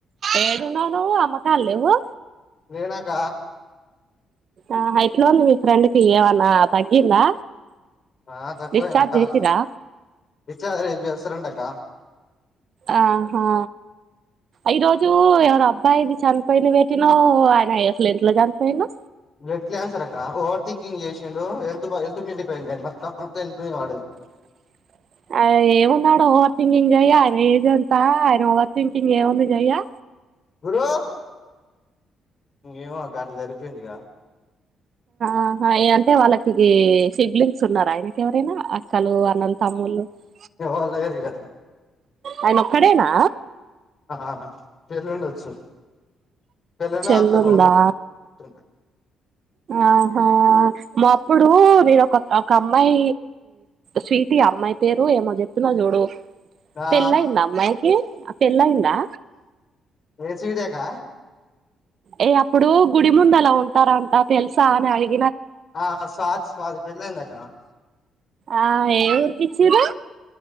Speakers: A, on the right (about 55°); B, on the left (about 45°).
A: ఏడున్నావు నువ్వు అమ్మకాల లేవ్వు.
B: లేనక్క
A: ఆ ఎట్లోంది మీ ఫ్రెండ్ కి ఏమన్నా తగ్గిందా?
B: ఆ తక్కువైంది
A: డిశ్చార్జ్
B: అక్క.
A: చేసిరా
B: డిశ్చార్జ్ రేపు చేస్తారంట అక్క
A: ఆహా! ఈ రోజు ఎవరబ్ బాయ్ ది చనిపోయింది పెట్టినవ్ అయన ఎట్లా ఎట్లా చనిపోయిండు
B: బ్లడ్ క్యాన్సర్ అక్క ఓవర్ థికింగ్ చేసిండు హెల్త్ హెల్త్ మీదికి పోయింది అనికి మొత్తం హెల్త్ నె వాడు
A: <inaudible> అయ్యో ఏమున్నాడు ఓవర్ థింకింగ్ జెయ్యా ఆయన ఏజంతా ఆయన ఓవర్ థింకింగ్ ఏముంది జేయ్యా
B: గురు ఎమో అక్క అట్లా జరిగిపోయింది ఇగ
A: ఆహా అంటే వాళ్ళకి సిబ్లింగ్స్ ఉన్నారు ఆయనకి ఎవరైనా అక్కలు అన్నలు తమ్ముళ్ళు అయ్యో
B: ఎవ్వల్లేరిగా
A: ఆయన ఒక్కడేనా
B: ఆ చేల్ల వుండొచ్చు పెళ్లయిన
A: చెల్లుందా
B: ఆతను <unintelligible>
A: ఆహా మా అప్పుడు నేను ఒక ఒక అమ్మాయి స్వీటి ఈ అమ్మాయి పేరు ఏమో చెప్పినవ్ చూడు
B: ఆ
A: పెళ్లయిందా అమ్మాయికి పెళ్లయిందా
B: ఏ స్పీటి అక్క
A: ఏ అప్పుడు గుడి ముందులా ఉంటార అంట తెలుసా అని అడిగి
B: ఆ స్వాతి స్వాతి పెండ్లి అయింది అక్క
A: ఆ ఏ ఉరికిచిరు